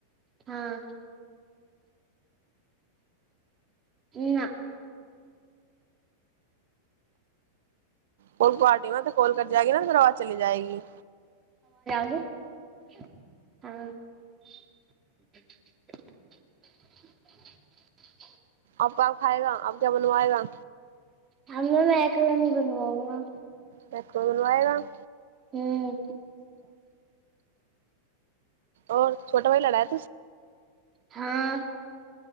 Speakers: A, on the right (about 25°); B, on the right (about 55°).
A: हँ नहि।
B: को पारटीमे तऽ कॉल कर जाएगी न फेर आवाज चली जाएगी।
A: हँ।
B: आबा खाएगा अब। क बनवएगा।
A: हममे एककलानीी बनवाउंगा
B: देख को कोन आएग।
A: ह्म।
B: औ छोटा भाइ लड़ा तू।
A: हँ।।